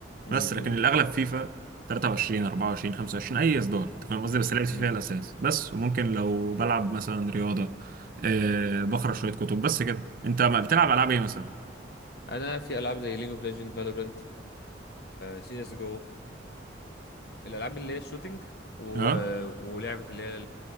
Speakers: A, on the left; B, on the right.
A: امم
B: بس لكن الاغلب فيفا 23 24 25 اي اصدار انت فاهم قصدي
A: مم،
B: بس لعبت
A: مم.
B: فيفا هي الاساس بس وممكن لو بلعب مثلا رياضه أه بقرا شويه كتب بس كده انت ما بتلعب العاب ايه مثلا
A: انا في العاب زي ليج اوف ليجند فالورنت سي اس جو الالعاب اللي هي الشوتينج و...
B: اه
A: ولعبه اللي هي